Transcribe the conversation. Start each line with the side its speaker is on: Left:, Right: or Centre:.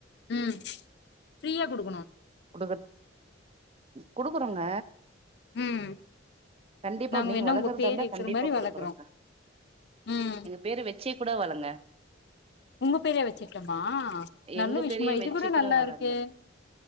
Left: ம் ஃப்ரீயா குடுக்கணு
Right: குடுக்க குடுக்குறோங்க
Left: ம்
Right: கண்டிப்பா
Left: நாங்க
Right: நீங்க
Left: வேணா
Right: வளக்குறதாந்தா
Left: உங்க பேர் இருக்கிற
Right: கண்டிப்பா
Left: மாரி வளக்குறோ
Right: குடுக்குறோங்க
Left: ம்
Right: எங்க பேரு வெச்சு கூட வளர் ல்ல
Left: உங்க பேரயே வச்சிர்ட்டுமா நல்ல
Right: எங்க
Left: விஷ்யமா
Right: பெரிய
Left: இது
Right: வச்சு
Left: கூட நல்லா
Right: வளங்க
Left: இருக்கே